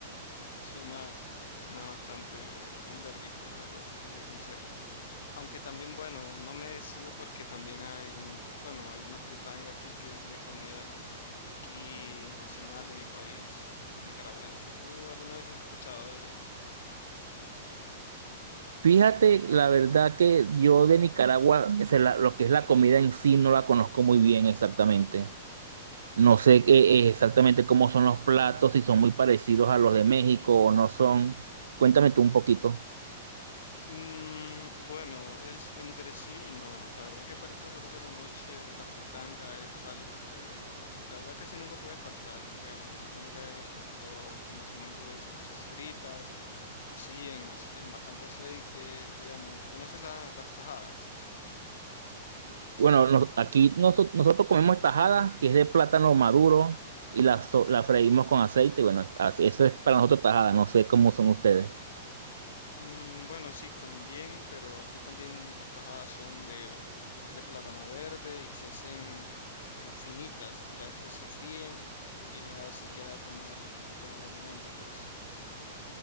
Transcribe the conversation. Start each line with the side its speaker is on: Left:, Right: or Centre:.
Left: Suena, suena bastante, bastante rico, la verdad, si te soy sincero. Aunque también, bueno, no me decido porque también hay un, bueno, hay una fritanga aquí que es de comida aquí nacional de mi país, eh, nicaragüense. ¿Tú alguna vez has escuchado de ella?
Right: Fíjate, la verdad que yo de Nicaragua, o sea, la- lo que es la comida en sí, no la conozco muy bien exactamente. No sé eh, eh, exactamente cómo son los platos, si son muy parecidos a los de México o no son. Cuéntame tú un poquito.
Left: Mm, bueno, es entre sí y no. La verdad que para estas horas de la noche la fritanga es algo que la verdad casi nunca puede faltar. Digamos, la fritanga es más que todo, como su nombre lo dice, cosas fritas así en, ac- en bastante aceite, digamos. ¿Conoces la- las tajadas?
Right: Bueno, nos- aquí noso- nosotros comemos tajada que es de plátano maduro, y la, so- la freímos con aceite. Bueno, es- así- eso es para nosotros tajada, no sé cómo son ustedes.
Left: Mm, bueno, sí, también, pero aquí también las tajadas son de, de plátano verde y se hacen en finitas, ya después se fríen y ya así queda como el, como el alimento, pues.